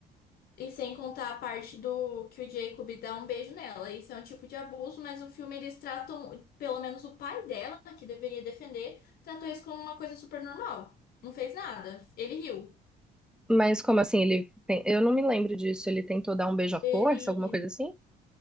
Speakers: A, on the left; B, in the centre.
A: E sem contar a parte do que o Jacob dá um beijo nela. Isso é um tipo de abuso, mas o filme eles tratam, pelo menos o pai dela, que deveria defender, tratou isso como uma coisa super normal. Não fez nada. Ele riu.
B: Mas como assim, ele tem... Eu não me lembro disso. Ele tentou dar um beijo à força,
A: Ele.
B: alguma coisa assim?